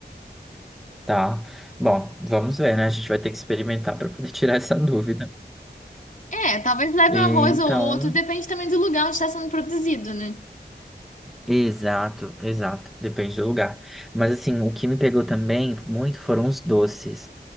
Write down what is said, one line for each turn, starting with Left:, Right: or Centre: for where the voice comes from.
Centre: Tá. Bom, vamos ver, né? A gente vai ter que experimentar para poder <laughs> tirar essa dúvida.
Left: É, talvez leve
Centre: E
Left: um arroz
Centre: então,
Left: ou outro, depende também do lugar onde está sendo produzido, né?
Centre: exato, exato, depende do lugar. Mas assim, o que me pegou também muito foram os doces.